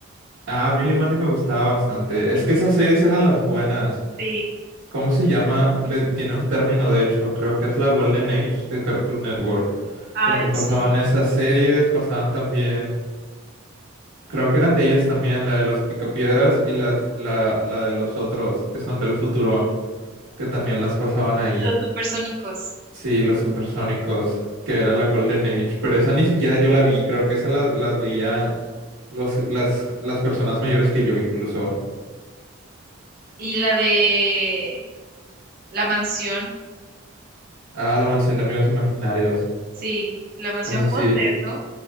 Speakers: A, on the right (about 85°); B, on the right (about 45°).
A: Ah, Billy Mandy me gustaba bastante. Es
B: Billy
A: que esas
B: Mandy.
A: series eran las buenas.
B: Sí.
A: ¿Cómo se llama? Le tiene un término, de hecho, creo que es la Golden Age de Cartoon Network.
B: Ay,
A: Cuando pasaban
B: sí.
A: esas series, pasaban también, creo que eran de ellas también, la de los Picapiedras y las, la, la de los otros, que son del futuro, que también las pasaban ahí.
B: Los supersónicos.
A: Sí, los supersónicos, que era la Golden Age, pero esa ni siquiera yo la vi, creo que esa la- las veía los, las, las personas mayores que yo incluso.
B: Y la de la mansión.
A: Ah, la mansión de amigos imaginarios.
B: Sí. La mansión
A: Esa
B: Foster,
A: sí,
B: ¿no?